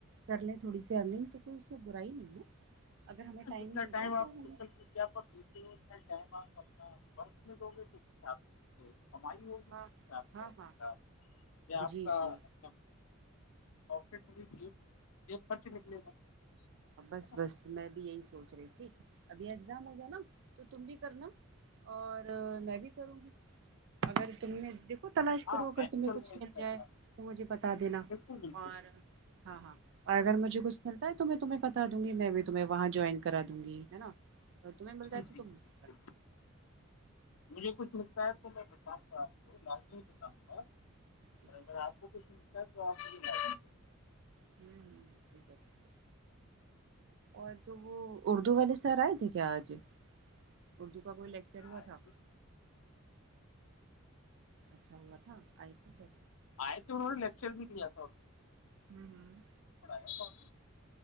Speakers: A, on the right (about 60°); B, on the left (about 75°).
A: کر لیں تھوڑی سی ارنگ تو کوئی اس پہ برائی نہیں ہے اگر ہمیں
B: جتنا
A: مل
B: ٹائم
A: رہا ہے
B: آپ
A: تو ہم
B: سوشل میڈیا پر بھیج چھ ٹائم آپ اپنا ورک میںگ گے توس حساب سے کمائی ہوگی
A: ہاں
B: آپ
A: ہاں
B: آپ
A: ہاں جی
B: کا
A: جی
B: اپنا پوکٹ منی جیب جیب خرچ نکلے گا ہے
A: بس
B: نا
A: بس میں بھی یہی سوچ رہی تھی ابھی ایگزام ہو جانا تو تم بھی کرنا اور میں بھی کروں گی اگر تم نے د تو تلاش
B: ہاں
A: کرو اگر
B: میں
A: تمہیں
B: بھی کروں
A: کچھ
B: گا ان
A: مل
B: شاء
A: جائے
B: اللہ
A: تو مجھے بتا دینا
B: بالکل بالکل
A: اور ہاں ہاں اور اگر مجھے کچھ ملتا ہے تو میں تمہیں بتا دوں گی میں بھی تمہیں وہاں جوائن کرا دوں گی ہے نا اور تمہیں ملتا
B: جی
A: ہے تو ت
B: <inaudible> مجھے کچھ مگتا ہے تو میں بتاؤں گا آپ کو لازمی بتاؤں گا
A: اچھا
B: اور اگر آپ کو کچھ ملتا ہے تو آپ مجھے ل
A: ہمم‌ہمم‌ ٹھیک ہے اور تو وہ اردو والے سر آئے تھے کیا آج اردو کا کوئی لیکچر ہوا
B: آئے
A: تھا
B: تو
A: اچھا وہ تھا آئی پ سر
B: آئے تھے انوں نے لیکچر بھی دیا تھا
A: ہمم‌ ہمم
B: <unintelligible>